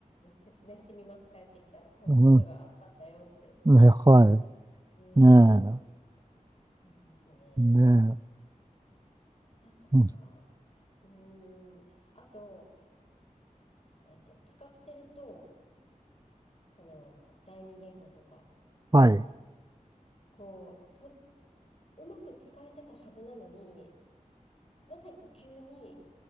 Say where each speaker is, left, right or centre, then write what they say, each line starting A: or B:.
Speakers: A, on the left (about 45°); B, on the right (about 30°).
A: 説明してみます。帰ってきたらこんなことがあったんだよって。
B: う。うん。ね、は
A: うー
B: い。ね
A: ん、ですね。
B: え。ね
A: なんか、
B: え。うん。
A: うーん。あと、えっと、使ってると、その、第二言語とか、
B: はい。
A: こう、と、うまく使えてたはずなのに、なぜか急に、